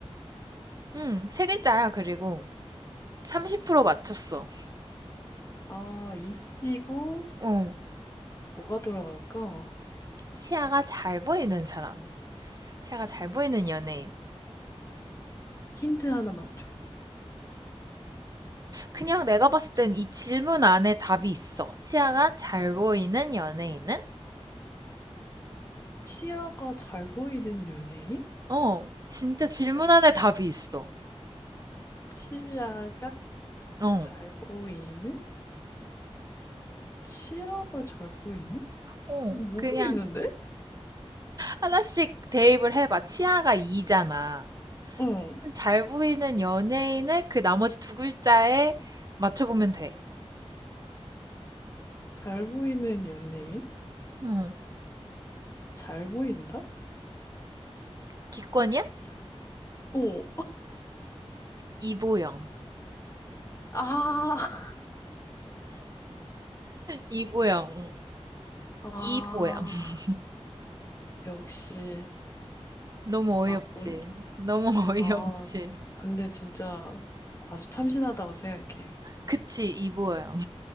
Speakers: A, on the right; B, on the left.
A: 응, 세 글자야, 그리고. 30% 맞췄어.
B: 아, 이씨고,
A: 어,
B: 뭐가 들어갈까?
A: 치아가 잘 보이는 사람. 치아가 잘 보이는 연예인.
B: 힌트 하나만 줘.
A: 그냥 내가 봤을 땐 이 질문 안에 답이 있어. 치아가 잘 보이는 연예인은?
B: 치아가 잘 보이는 연예인?
A: 어, 진짜 질문 안에 답이 있어.
B: 치아가
A: 어,
B: 잘 보이는? 치아가 잘 보이는?
A: 어,
B: 모르겠는데?
A: 그냥 하나씩 대입을 해봐. 치아가 이잖아
B: 응.
A: 그럼 잘 보이는 연예인을 그 나머지 두 글자에 맞춰보면 돼.
B: 잘 보이는 연예인?
A: 응,
B: 잘 보인다?
A: 기권이야?
B: 자, 어.
A: 이보영.
B: 아, <laughs>
A: 이보영.
B: 아,
A: 이보영. <laughs>
B: 역시,
A: 너무
B: 맞군.
A: 어이없지. 너무 <laughs> 어이없지.
B: 아, 근데 진짜 아주 참신하다고 생각해.
A: 그치, 이보영.